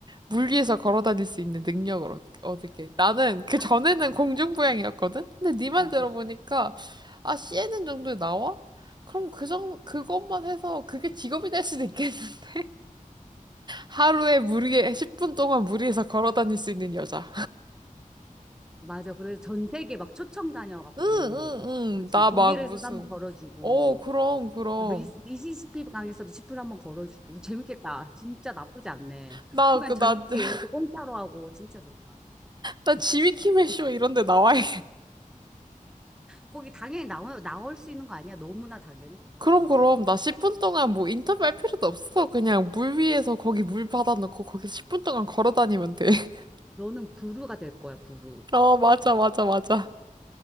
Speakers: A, on the right; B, in the centre.
A: 물
B: 음.
A: 위에서 걸어 다닐 수 있는 능력을 얻, 얻을게. 나는 그
B: 아
A: 전에는
B: 진짜
A: 공중부양이었거든? 근데 네 말
B: 어. 어.
A: 들어보니까, 아, CNN 정도에 나와? 그럼 그 정, 그것만 해서 그게 직업이 될 수도 있겠는데? <laughs> 하루에 물 위에, 10분 동안 물 위에서 걸어 다닐 수 있는 여자.
B: 맞아. 그래서 전 세계 막 초청 다녀갖고,
A: 응, 응,
B: 막, 그치.
A: 응. 나
B: 독일에서도
A: 막 무슨.
B: 한번 걸어주고,
A: 어, 그럼, 그럼.
B: 미, 미시시피 강에서도 지프를 한번 걸어주고 <laughs> 재밌겠다. 진짜 나쁘지 않네. <laughs>
A: 나,
B: 그러면
A: 그,
B: 전
A: 나,
B: 세계
A: <laughs>
B: 여행도 공짜로 하고 진짜 좋다.
A: 나 지미키멜 쇼 이런 데 나와야
B: 거기 당연히 나오, 나올 수 있는 거 아니야? 너무나 당연히.
A: 그럼
B: 와,
A: 그럼 나 10분 동안 뭐 인터뷰할 필요도 없어. 그냥 물 위에서 거기 물 받아놓고 거기서 10분 동안 걸어 다니면 돼. <laughs>
B: 너는 구루가 될 거야, 구루.
A: 어, 맞아, 맞아, 맞아.